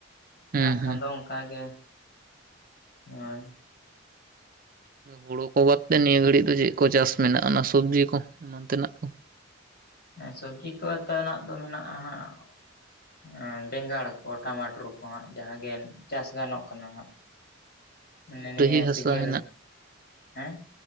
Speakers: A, on the right; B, on the left.
A: ᱦᱩᱸ
B: ᱵᱟᱝᱠᱷᱟᱱ
A: ᱦᱩᱸ
B: ᱫᱚ ᱚᱱᱠᱟ ᱜᱮ ᱦᱳᱭ᱾
A: ᱦᱩᱲᱩ ᱠᱚ ᱵᱟᱫᱛᱮ ᱱᱤᱭᱟᱹ ᱜᱷᱟᱹᱲᱤ ᱫᱚ ᱪᱮᱜ ᱠᱚ ᱪᱟᱥ ᱢᱮᱱᱟᱜᱼᱟ ᱚᱱᱟ ᱥᱚᱵᱡᱤ ᱠᱚ ᱮᱢᱟᱱ ᱛᱮᱱᱟᱜ ᱠᱚ᱾
B: ᱦᱮᱸ ᱥᱚᱵᱡᱤ ᱠᱚ ᱦᱟᱛᱟᱱᱟᱜ ᱫᱚ ᱢᱮᱱᱟᱜᱼᱟ ᱦᱟᱜ᱾ ᱦᱮᱸᱵᱮᱸᱜᱟᱲ ᱠᱚ ᱴᱟᱢᱟᱴᱳᱨ ᱠᱚ ᱦᱟᱸᱜ ᱡᱟᱦᱟ ᱜᱮ ᱪᱟᱥ ᱜᱟᱱᱚᱜ ᱠᱟᱱᱟ ᱦᱟᱸᱜ᱾ ᱢᱟᱱᱮ ᱱᱤᱭᱟᱹ
A: ᱰᱟᱹᱦᱤ ᱦᱟᱥᱟ
B: ᱥᱤᱡᱟᱹᱱ ᱨᱮ ᱦᱮᱸ᱾